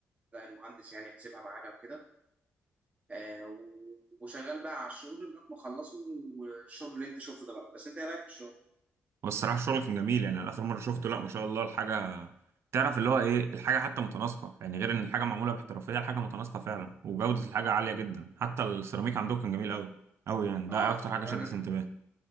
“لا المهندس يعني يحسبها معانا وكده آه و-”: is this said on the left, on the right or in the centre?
Right